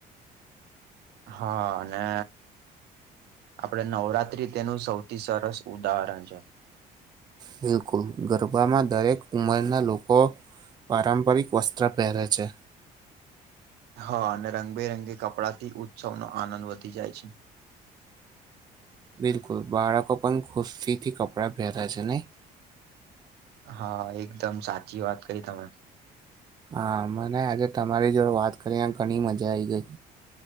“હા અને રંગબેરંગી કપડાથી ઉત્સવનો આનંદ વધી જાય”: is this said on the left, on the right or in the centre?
Right